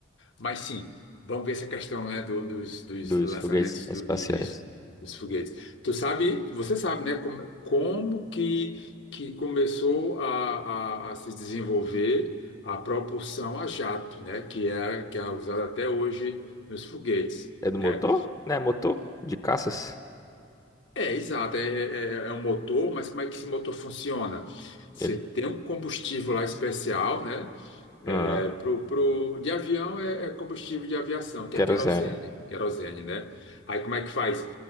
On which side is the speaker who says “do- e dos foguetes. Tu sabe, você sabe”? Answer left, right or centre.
Left